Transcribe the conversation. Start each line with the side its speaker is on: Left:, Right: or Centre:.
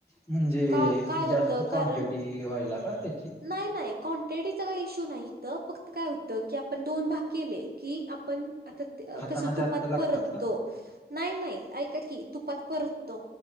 Left: म्हणजे
Right: का काय होत
Left: जास्त
Right: कारण
Left: क्वांटिटी व्हायला का त्याची
Right: नाही नाही क्ांटिटीचा काही इशू नाहीत फक्त काय होतं की आपण दोन भाग केले की आपण आता
Left: खाताना
Right: कसं
Left: जास्त
Right: तुपात
Left: लागतात
Right: परततो
Left: का
Right: नाही नाही ऐका की तुपात परततो